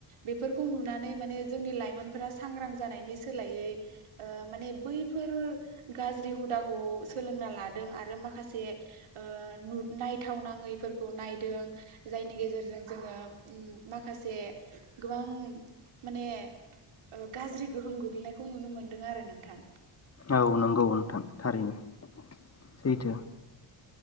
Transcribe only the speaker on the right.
बेफोरखौ नुनानै माने जोंनि लाइमोनफोरा सांग्रां जानायनि सोलाय यै ओ माने बै फोर गाज्रि हु हुदाखौ सोलोंना लादों आरो माखासे ओ नु नायथावनाङैफोरखौ नायदों जायनि गेजेर जों जोङो उम माखासे गोबां माने ओ गाज्रि गोहोम गोग्लैनायखौ नुनो मोनदों आरो नोंथां